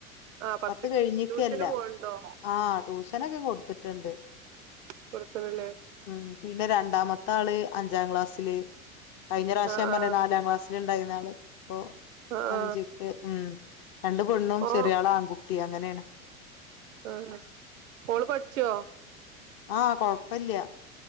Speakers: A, on the right; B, on the left.
A: ആ പത്ത്ക്ക്
B: പത്ത് കെഴിഞ്ഞിക്കല്ല
A: ട്യൂഷന് പോവ്ണ്ടോ
B: ആഹ് ട്യൂഷനൊക്കെ കൊടുത്തിട്ട്ണ്ട്.
A: കൊടുത്ത്ണ്ല്ലേ?
B: ഉം പിന്നെ രണ്ടാമത്താള് അഞ്ചാ ക്ലാസ്സില്. കഴിഞ്ഞപ്രശം
A: ആ ആ
B: പറ്ഞ്ഞിലെ നാലാ ക്ലാസ്സില്ണ്ടയിനാള് ഇപ്പോ
A: ആ ആ
B: അഞ്ച് ല് ഉം ഉം രണ്ട് പെണ്ണും
A: ഓ
B: ചെറിയാളാൺകുട്ടി അങ്ങനേണ്.
A: ആണോ മോള് പഠിച്ചുവോ?
B: ആഹ് കൊഴപ്പല്ല.